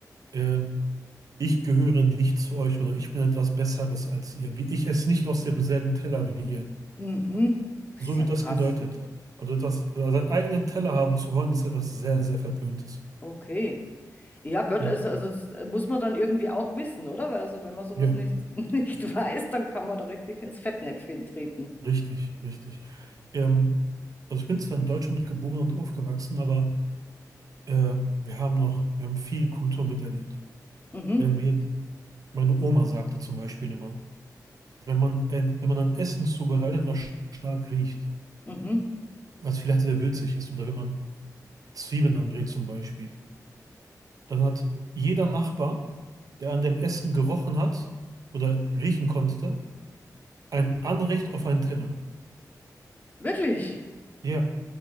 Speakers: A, on the right; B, on the left.
A: äh, ich gehöre nicht zu euch oder ich bin etwas Besseres als ihr, wie ich esse nicht aus demselben Teller wie ihr.
B: Mhm. Das
A: So
B: ist ja
A: wird
B: krass.
A: das gedeutet. Also das, also seinen eigenen Teller haben zu wollen, ist etwas sehr, sehr Verpöntes.
B: Okay. Ja, Gott,
A: Ja,
B: also, also das muss man dann irgendwie auch wissen, oder? Weil also wenn man sowas
A: ja,
B: nicht, <laughs> nicht weiß, dann kann man da richtig ins Fettnäpfchen treten.
A: richtig, richtig. Ähm, also ich bin zwar in Deutschland geboren und aufgewachsen, aber Äh, wir haben noch, wir haben viel Kultur miterlebt.
B: Mhm,
A: Wenn wir, meine Oma sagte zum Beispiel immer, wenn man, ein- wenn man ein Essen zubereitet, was stark riecht,
B: mhm.
A: was vielleicht sehr würzig ist, oder wenn man Zwiebeln anbrät zum Beispiel, dann hat jeder Nachbar, der an dem Essen gerochen hat oder riechen konnte, ein Anrecht auf einen Teller.
B: Wirklich?
A: Ja,